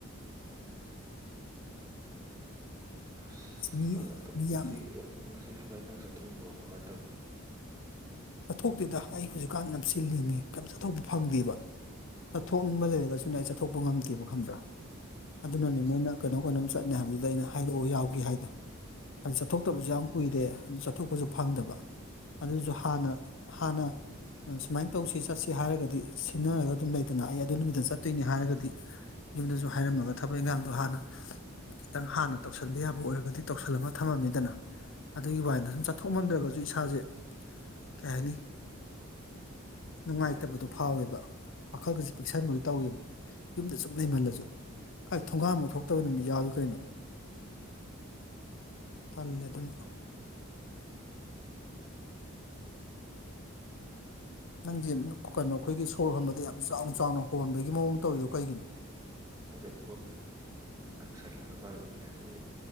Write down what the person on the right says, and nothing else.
ꯎꯝ ꯑꯁ
ꯑꯗ ꯑꯗꯨ
ꯉꯁꯤ ꯉꯁꯤ ꯊꯃꯛ ꯏꯪꯈꯥꯡ ꯆꯠꯊꯣꯛꯧꯕ꯭ꯔꯣ ꯀꯃꯥꯏꯅ ꯇꯧꯒꯦꯅ
ꯎꯝ
ꯎꯝ
ꯑꯗꯩ ꯐꯣꯟ ꯅꯛꯁꯜꯂꯒ ꯄꯥꯏꯕꯒꯤꯅꯤ ꯍꯥꯏꯕꯗꯤ